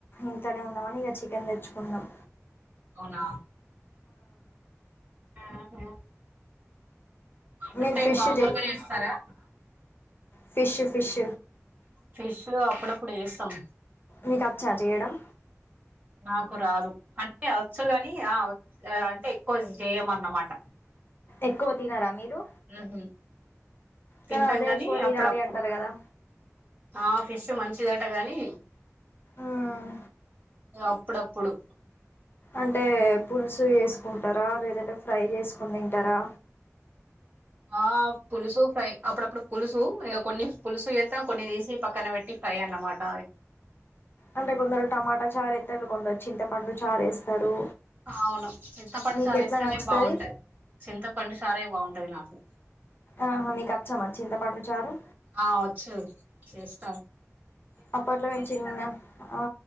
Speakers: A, on the left (about 40°); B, on the right (about 30°).
A: ఇంట్లనే ఉందాం అని ఇగ చికెన్ తెచ్చుకుందాం
B: అవునా ఆహా అంటే
A: మీరు ఫిష్
B: మామూలుగా చేస్తారా
A: ఫిష్ ఫిష్
B: ఫిష్ అప్పుడప్పుడు చేస్తాం
A: మీకు వచ్చా చేయడం
B: నాకు రాదు అంటే వచ్చు కాని ఆ అంటే ఎక్కువ చేయ అన్నమాట
A: ఎక్కువ తినరా మీరు
B: ఉహు తింటాం
A: కానీ అదే
B: కాని
A: ఎక్కువ తినాలి
B: అప్పుడప్పుడు
A: అంటారు కదా
B: ఆ ఫిష్ మంచిదట గానీ
A: మ్మ్
B: అప్పుడప్పుడు
A: అంటే పులుసు వేసుకుంటారా లేదంటే ఫ్రై చేసుకుని తింటారా
B: ఆ పులిసు ఫ్రై అప్పుడప్పుడు పులుసు ఇ కొన్ని పులుసు వేస్తా కొన్ని తీసి పక్కన పెట్టి ఫ్రై అన్నమాట
A: అంటే కొందరు టమాటా చారేస్తారు కొందరు చింతపండు చారు వేస్తారు
B: అవును చింతపండు
A: మీకు
B: చారు
A: ఎట్లా
B: ఎస్తేనే
A: నచ్చుతది
B: బాగుంటాది చింతపండు చారే బాగుంటాంది పదినాకు
A: ఆహా మీకు వచ్చామ చింత పండు చారు
B: ఆ వచ్చు చేస్తా
A: అప్పు ఆట్లా వెంచిది న్ గా ఆ